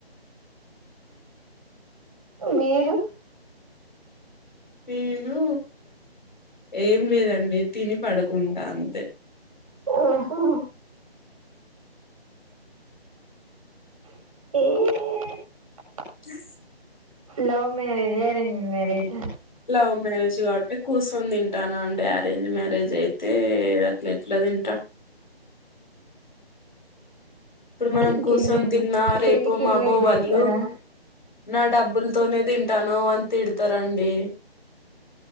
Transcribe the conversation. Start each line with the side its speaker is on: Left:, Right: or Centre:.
Right: మీరు
Left: నేను ఏం లేదండి తిని పడకుంటా అంతే
Right: ఓహో ఏ
Left: <unintelligible>
Right: love marriage arranged marriage
Left: love marriage కావట్టే కూస్ కూర్చొని తింటానా అండి అరేంజ్ మ్యారేజ్ అయితే అట్ల ఎట్ల తింటా ఇప్పుడు మనం
Right: ఇంకేంటండి
Left: కూర్చొని తిన్నా రేపు
Right: పెళ్ళికి
Left: మాపో
Right: ఇన్వైట్ చేస్తారా
Left: వాళ్ళు నా డబ్బులతోనే తింటానావ్ అన్ తిడతరండి